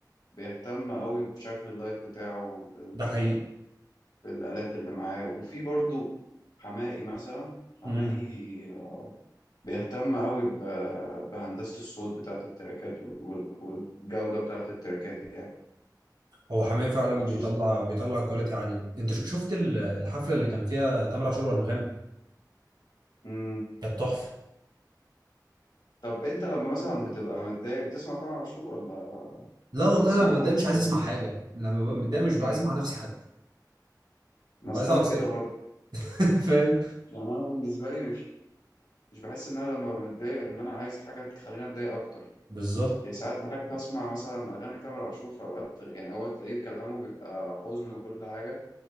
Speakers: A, on the left (about 75°); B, on the right (about 80°).
A: بيهتم قوي بشكل اللايف بتاعه بال...
B: ده حقيقي
A: بالآلات اللي معاه وفي برضو حماقي مثلا حماقي
B: امم
A: آه، بيهتم قوي ب... بهندسة الصوت بتاعة التراكات وال... وال- والجودة بتاعة التراكات يعني
B: هو حماية فعلا
A: وخصوصا
B: بيطلع بيطلع كواليتي عاليه انت ش- شفت ال- الحفله اللي كان فيها تامر عاشور وانغام
A: مم.
B: كانت تحفه
A: طب أنت لما مثلا بتبقى متضايق بتسمع تامر عاشور ولا
B: لا والله
A: ولا بتسمعه
B: انا ببقى
A: في
B: متضايق
A: وقت
B: مش
A: تاني؟
B: عايز اسمع حاجه لما ببقى متضايق مش
A: مم.
B: عايز اسمع نفسي حتى
A: ما
B: ببقى
A: أصل
B: عايز اقعد
A: أنا كده
B: ساكت
A: برضه
B: <laughs> فاهم
A: يعني أنا بالنسبة لي مش مش بحس ان انا لما بتضايق ان انا عايز حاجه تخليني اتضايق اكتر
B: بالظبط
A: يعني ساعات بحب اسمع مثلا اغاني تامر عاشور في اوقات يعني هو تلاقيه كلامه بيبقى حزن وكل حاجه